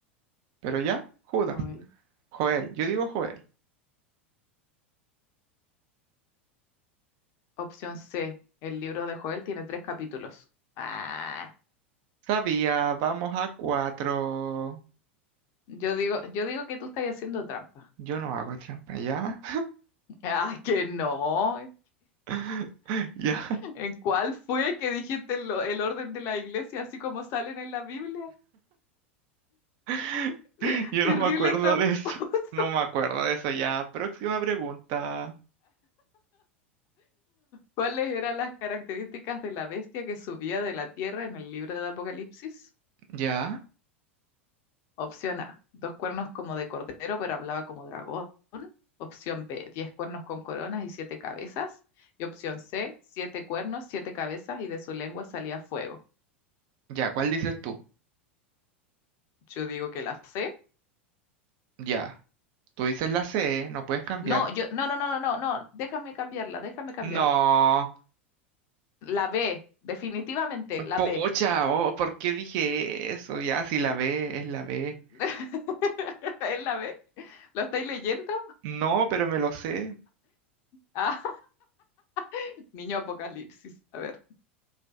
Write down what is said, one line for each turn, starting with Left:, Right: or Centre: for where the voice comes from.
Right: Pero ya, Judas.
Left: Joel.
Right: Joel. Yo digo Joel.
Left: Opción C. El libro de Joel tiene tres capítulos. Ah,
Right: Sabía, vamos a cuatro.
Left: yo digo, yo digo que tú estás haciendo trampa.
Right: Yo
Left: <laughs>
Right: no hago trampa, ¿ya?
Left: Ah, que no.
Right: <laughs> Ya.
Left: ¿En cuál fue que dijiste el, el orden de la iglesia así como salen en la Biblia?
Right: <laughs>
Left: <laughs>
Right: Yo
Left: Terrible
Right: no me acuerdo
Left: tramposo.
Right: de eso. No me acuerdo de eso ya. Próxima pregunta.
Left: ¿Cuáles eran las características de la bestia que subía de la tierra en el libro de Apocalipsis?
Right: ¿Ya?
Left: Opción A, dos cuernos como de cordero, pero hablaba como dragón. Opción B, diez cuernos con coronas y siete cabezas. Y opción C, siete cuernos, siete cabezas y de su lengua salía fuego.
Right: ¿Ya? ¿Cuál dices tú?
Left: Yo digo que la C.
Right: Ya. Tú dices la C, no puedes cambiar.
Left: No, yo, no, no, no, no, no, no, déjame cambiarla, déjame cambiarla.
Right: No.
Left: La B, definitivamente, la
Right: Pocha,
Left: B.
Right: oh, ¿por qué dije eso? Ya, si la B es la B.
Left: <laughs> ¿Es la B? ¿Lo estáis leyendo?
Right: No, pero me lo sé.
Left: Ah, <laughs> niño Apocalipsis. A ver.